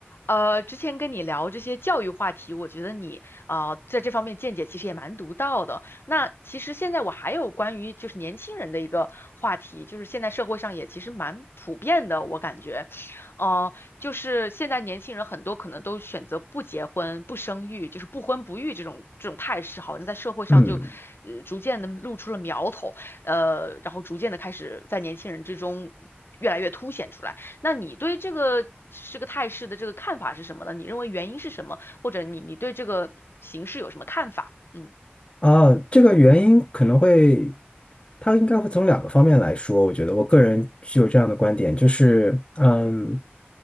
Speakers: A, on the left (about 70°); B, on the left (about 30°).
A: 呃，之前跟你聊这些教育话题，我觉得你啊、呃在这方面见解其实也蛮独到的。那其实现在我还有关于就是年轻人的一个话题，就是现在社会上也其实蛮普遍的，我感觉，呃，就是现在年轻人很多可能都选择不结婚、不生育，就是不婚不育这种这种态势，好像在社会上就呃逐渐的露出了苗头，
B: 嗯，
A: 呃，然后逐渐的开始在年轻人之中越来越凸显出来。那你对这个是个态势的这个看法是什么呢？你认为原因是什么？或者你你对这个形势有什么看法？嗯
B: 啊，这个原因可能会，它应该会从两个方面来说。我觉得我个人具有这样的观点，就是，嗯，